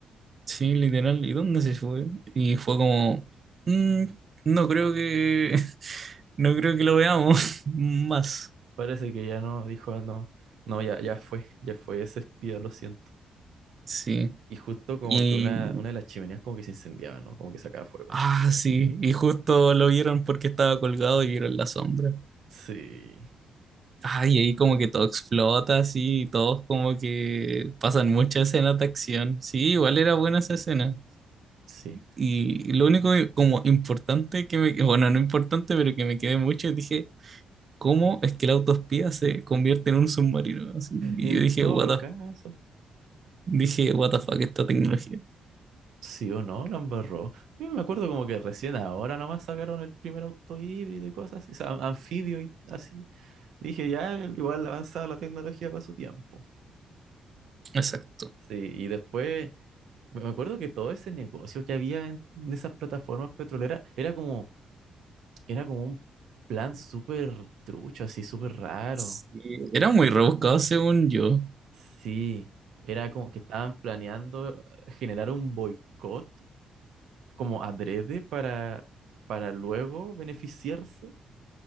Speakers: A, on the right (about 35°); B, on the right (about 70°).
A: Sí, literal, ¿y dónde se fue? Y fue como, "Mm, no creo que, <laughs> no creo que lo veamos <laughs> más.
B: Parece que ya no, dijo, "Ah, no, no, ya, ya fue, ya fue ese espía, lo siento.
A: Sí.
B: Y justo como
A: Y,
B: que una, una de las chimeneas como que se incendiaba, ¿no? Como que sacaba fuego.
A: ah, sí, y justo lo vieron porque estaba colgado y vieron la sombra.
B: Sí,
A: Ah, y ahí como que todo explota, así y todos como que pasan muchas escenas de acción. Sí, igual era buena esa escena.
B: sí.
A: Y lo único que- como importante que me, bueno, no importante, pero que me quedé mucho, dije, ¿Cómo es que el autoespía se convierte en un submarino? Así, y
B: En
A: yo dije,
B: todo
A: what the,
B: caso,
A: dije, what the fuck, esta tecnología.
B: sí o no, la embarró. Yo me acuerdo como que recién ahora nomás sacaron el primer auto híbrido y cosas así, o sea, anfibio y así. Dije, ya, igual avanzada la tecnología para su tiempo.
A: Exacto.
B: Sí, y después... Me me acuerdo que todo ese negocio que había en en esas plataformas petroleras era como Era como un plan súper trucho, así súper raro.
A: Sí, Era muy rebuscado según yo.
B: Sí, era como que estaban planeando generar un boicot como adrede para, para luego beneficiarse.